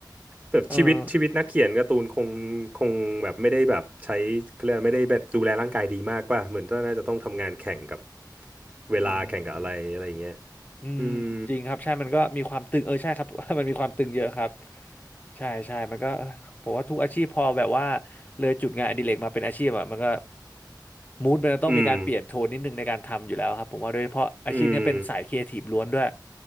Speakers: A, on the right; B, on the left.
A: แบบชีวิตชีวิตนักเขียนการ์ตูนคงคงแบบไม่ได้แบบใช้เขาเรียกว่าไม่ได้แบบดูแลร่างกายดีมากป่ะเหมือนก็น่าจะต้องทำงานแข่งกับ
B: เออ
A: เวลาแข่งกับอะไรอะไรอย่างเงี้ย
B: อืม อืมจริงครับใช่มันก็มีความตึงเออใช่ครับ
A: อืม
B: <laughs> มันมีความตึงเยอะครับใช่ใช่มันก็เออผมว่าทุกอาชีพพอแบบว่าเลยจุดงานอดิเรกมาเป็นอาชีพอ่ะมันก็มูดมันจะต้องมีการเปลี่ยนโทนนิดนึงในการทำอยู่แล้วครับผมว่าโดยเฉพาะอาชีพเนี้ยเป็นสายครีเอทีฟล้วนด้วย
A: อืมอืม